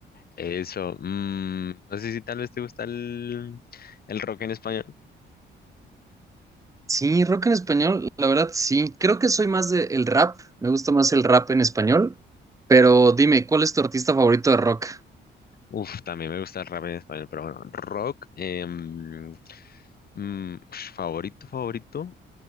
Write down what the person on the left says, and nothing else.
Eso. mm, no sé si tal vez te gusta el, el rock en español.
Uf, también me gusta el rap en español, pero bueno, rock em, mm, ush, favorito, favorito.